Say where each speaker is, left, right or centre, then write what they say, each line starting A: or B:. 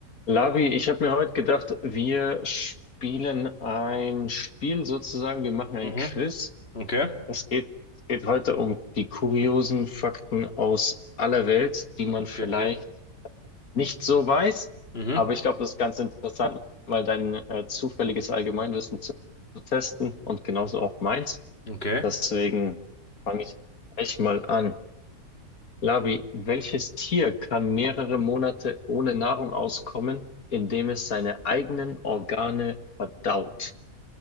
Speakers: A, on the left (about 65°); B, on the left (about 40°).
A: Lavi, ich habe mir heute gedacht, wir spielen ein Spiel sozusagen, wir machen ein
B: Mhm.
A: Quiz.
B: Okay.
A: Es geht, es geht heute um die kuriosen Fakten aus aller Welt, die
B: Okay,
A: man vielleicht
B: okay.
A: nicht so weiß,
B: Mhm.
A: aber ich glaube, das ist ganz interessant, mal dein äh, zufälliges Allgemeinwissen zu testen und genauso auch meins.
B: Okay.
A: Deswegen fange ich gleich mal an. Labi, welches Tier kann mehrere Monate ohne Nahrung auskommen, indem es seine eigenen Organe verdaut?